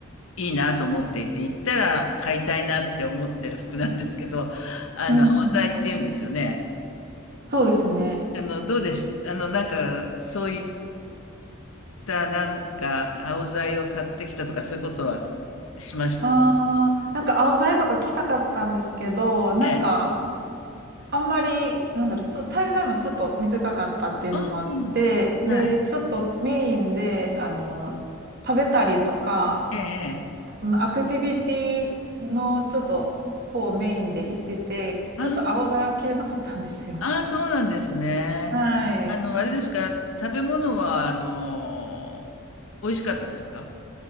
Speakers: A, on the left; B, on the right.
A: いいなと思っていて、行ったら買いたいなって思ってる服なんですけど、あの、
B: うん。
A: 青材って言うんですよね。
B: そうですね。
A: あの、どうでしたあの、なんか、そういったなんか、青材を買ってきたとか、そういうことはしました
B: ああ、なんか青ざとか来たかったんですけど、なんか
A: ええ。
B: あんまり、なんだろう、そう、滞在もちょっと短かったっていうのもあって、
A: あ、そうなんだはい。
B: で、ちょっとメインで、あの、食べたりとか、
A: ええ、ええ。
B: そのアクティビティのちょっと方メインで行ってて、
A: あ
B: ちょっと青ざは切れなかったんですよ。
A: ああ、そうなんですね。
B: はい。
A: あの、あれですか、食べ物は、あの、美味しかったですか